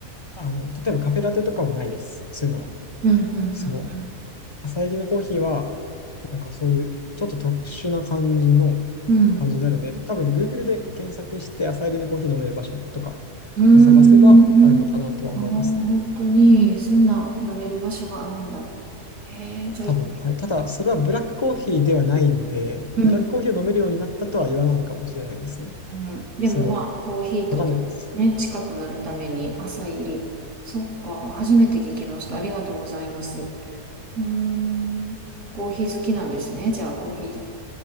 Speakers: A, on the left; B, on the right.
A: あの、例えばカフェラテとかはないです。そういうのは。
B: うん。
A: その、朝入りのコーヒーは、なんかそういうちょっと特殊な感じの感じになるんで、
B: うん。
A: 多分ね Google で検索して朝入りのコーヒー飲める場所とかを探せばあるのかなとは思いますね。
B: うん。うんああ、本当に、そんな飲める場所があるんだ。へえ、じゃあ、
A: 多分、
B: い
A: はい。ただ、それはブラックコーヒーではないので、
B: うん。
A: ブラックコーヒーを飲めるようになったとは言わないのかもしれないですね。
B: うん、でもまあ、
A: その、
B: コーヒーとね、
A: わかんないです。
B: 近くなるために朝入り。そっか、初めて聞きました。ありがとうございます。うーん、コーヒー好きなんですね。じゃあ、コーヒー。